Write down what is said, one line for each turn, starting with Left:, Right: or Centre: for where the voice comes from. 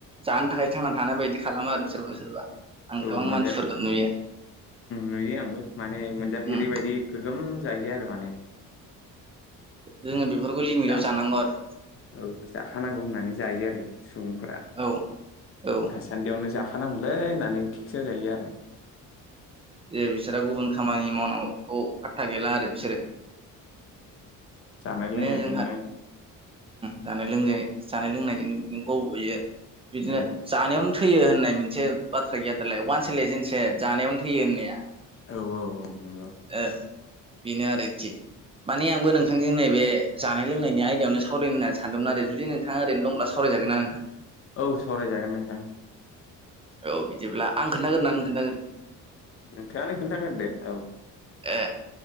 Right: जानो थाखाय थांना थानाय बायदि खालामो आरो सोरबा सोरबा आं
Left: औ
Right: गोबां
Left: मोनजा
Right: मानसिफोरखौ नुयो
Left: नुयो आंबो माने मोनजाफै
Right: उम
Left: ओरैबायदि गोगोम जायो आरो माने
Right: जोङो बेफोरखौ लिमिटव
Left: दा
Right: जानांगौ आरो
Left: औ जाखानांगौ होननानै जायो आरो सुबुंफोरा
Right: औ औ
Left: सान्देआवनो जाखानांगौलै होननानै थिग जाजायो आरो
Right: जे बिसोरो गुबुन खामानि मावनांगौ बेखौ फार्था गैला आरो बिसोरो
Left: जानाय
Right: बिदिनो
Left: लोंनायजोंनो
Right: जोंहा जानाय लों जानाय लोंनायजोंनो बिदिनो गब'यो बिदिनो
Left: औ
Right: जानायावनो थैयो होननाय मोनसे बाथ्रा गैया दालाय वानसलाय जेनस जानायावनो थैयो होननाया
Left: औ -औ -औ नंगौ
Right: ओ बेनो आरोखि माने आंबो नोंथांजों नैबे जानाय लोंनायनि आयदायावनो सावरायनो होननानै सानदोंमोन आरो जुदि नों नोंथां ओरैनो दंब्ला सरायागोना नोंथां
Left: औ सावरायजागोन नोंथां
Right: औ बिदिब्ला आं खोनन्थागोन ननानै खोनन्थागोन
Left: नोंथाङा नायखौोनथागार दे औ
Right: ए